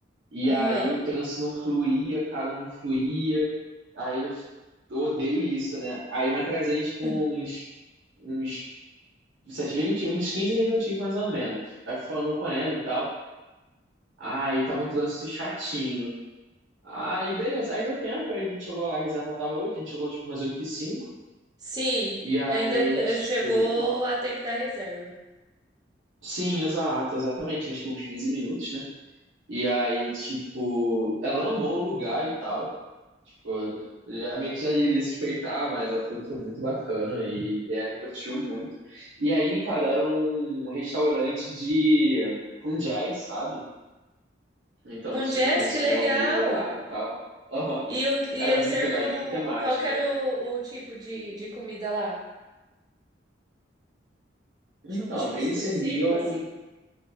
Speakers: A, on the right; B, on the right.
A: E
B: Aham.
A: aí o trânsito não fluía, cara, não fluía. Aí eu odeio isso, né? Aí eu me atrasei, tipo,
B: <laughs>
A: uns, uns sete h 20 uns 15 minutinhos mais ou menos. Aí fui falando com ela e tal. Aí tava um trânsito chatinho. Aí, beleza. Aí deu tempo, aí a gente chegou lá, a reserva tava oito a gente chegou tipo umas oito e cinco
B: Sim.
A: E aí,
B: Ainda eh,
A: tipo,
B: chegou
A: nó-
B: a tempo da reserva.
A: sim, exato, exatamente, acho que uns 15 minutos, né? E aí, tipo, ela amou o lugar e tal. Tipo, já meio que já iria suspeitar, mas ela falou que foi muito bacana e, e ela curtiu muito. E aí, cara, era um restaurante de com jazz, sabe? Então
B: Com
A: tinha
B: jazz,
A: musiquinha
B: que legal.
A: ao vivo lá e tal. Aham.
B: E, o, e
A: Era
B: eles
A: muito
B: serviam.
A: legal e bem temática.
B: Qual que era o, o tipo de, de comida lá?
A: Então,
B: Tinha um tipo
A: eles
B: específico,
A: serviam.
B: assim?